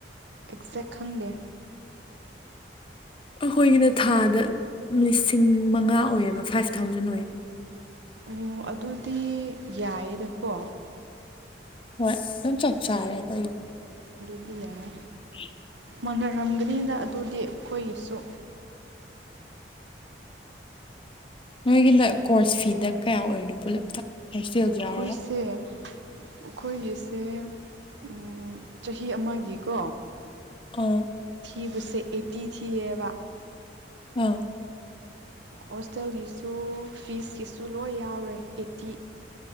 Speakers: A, on the right (about 75°); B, on the left (about 30°).
A: ꯑꯦꯛꯖꯦꯛ ꯈꯪꯗꯦ
B: ꯑꯩꯈꯣꯏꯒꯤꯅ ꯊꯥꯗ ꯂꯤꯁꯤꯡ ꯃꯉꯥ ꯑꯣꯏꯌꯦꯕ ꯐꯥꯏꯚ ꯊꯥꯎꯖꯟ ꯑꯣꯏꯌꯦ
A: ꯑꯣ ꯑꯗꯨꯗꯤ ꯌꯥꯏꯌꯦꯗꯀꯣ
B: ꯍꯣꯏ ꯗꯨꯝ ꯆꯞ ꯆꯥꯥꯔꯦ ꯀꯩꯅꫭ
A: ꯑꯗꯨ ꯌꯥꯏ
B: ꯂꯧꯁꯤꯟꯕ ꯉꯝꯗꯕ
A: ꯃꯥꯟꯅꯔꯝꯒꯅꯤꯗ ꯑꯗꯨꯗꯤ ꯑꯩꯈꯣꯏꯒꯤꯁꯨ
B: ꯅꯣꯏꯒꯤꯅ ꯀꯣꯔꯁ ꯐꯤꯗ ꯀꯌꯥ ꯑꯣꯏꯔꯤꯅꯣ ꯄꯨꯜꯂꯞꯇ ꯍꯣꯁꯇꯦꯜꯖꯨ
A: ꯑꯩꯈꯣꯏꯁꯦ
B: ꯌꯥꯎꯔꯒ
A: ꯑꯩꯈꯣꯏꯒꯤꯁꯦ ꯎꯝ ꯆꯍꯤ ꯑꯃꯒꯤꯀꯣ
B: ꯑꯣ
A: ꯊꯤꯕꯁꯦ ꯑꯦꯠꯇꯤ ꯊꯤꯌꯦꯕ
B: ꯑꯥ
A: ꯍꯣꯁꯇꯦꯜꯒꯤꯁꯨ ꯐꯤꯁꯀꯤꯁꯨ ꯂꯣꯏ ꯌꯥꯎꯔꯦ ꯑꯩꯠꯇꯤ